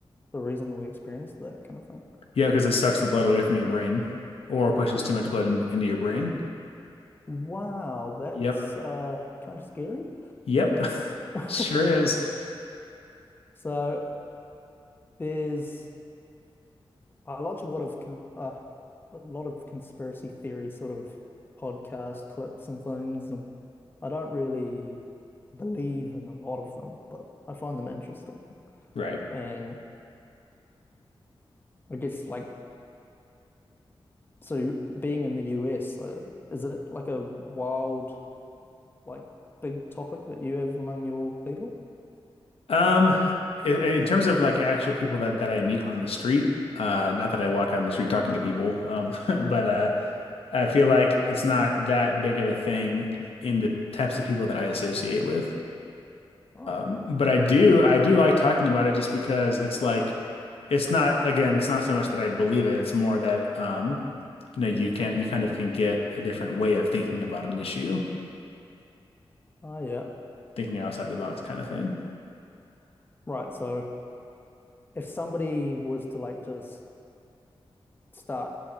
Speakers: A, on the left; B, on the left.
A: the reason we experienced that kind of thing.
B: Yeah, because it sucks the blood away from your brain or pushes too much blood in, into your brain.
A: Wow, that's
B: Yep.
A: uh kind of scary.
B: Yep. <laughs>
A: <laughs>
B: Sure is.
A: So there's I watch a lot of con uh, a lot of conspiracy theory sort of podcast clips and things, and I don't really believe in a lot of them, but I find them interesting.
B: Right.
A: And I guess like so, being in the US, uh, is it like a wild, like big topic that you have among your people?
B: Um, i- in terms of like actual people that that I meet on the street, uh, not that I walk out on the street talking to people, um, <laughs> but uh, I feel like it's not that big of a thing in the types of people that I associate with.
A: Right.
B: But I do, I do like talking about it just because it's like, it's not, again, it's not so much that I believe it. It's more that, um, you know, you can, you kind of can get a different way of thinking about an issue,
A: Oh yeah.
B: thinking outside the box kind of thing.
A: Right. So if somebody was to like just start